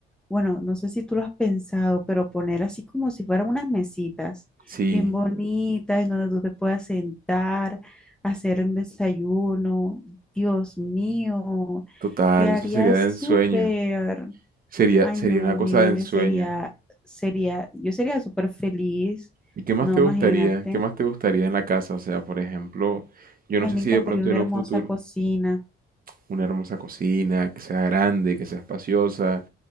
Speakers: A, in the centre; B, on the right.
A: bueno, no sé si tú lo has pensado, pero poner así como si fueran unas mesitas
B: Sí,
A: bien bonitas en donde tú te puedas sentar, hacer un desayuno. Dios mío,
B: total,
A: quedaría
B: eso sería
A: súper.
B: de ensueño. Sería,
A: Ay,
B: sería
A: no,
B: una cosa
A: nene,
B: de ensueño.
A: sería, sería, yo sería súper feliz.
B: ¿Y qué más
A: No,
B: te
A: imagínate.
B: gustaría? ¿Qué más te gustaría en la casa? O sea, por ejemplo, yo no
A: Ay,
B: sé
A: me
B: si
A: encantaría
B: de pronto
A: una
B: en
A: hermosa
B: un futuro
A: cocina
B: una hermosa cocina, que sea grande, que sea espaciosa,